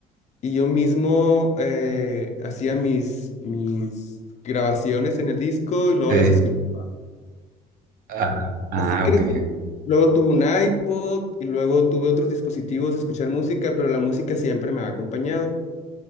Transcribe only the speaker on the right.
Sí.
Ah, ah,
ok.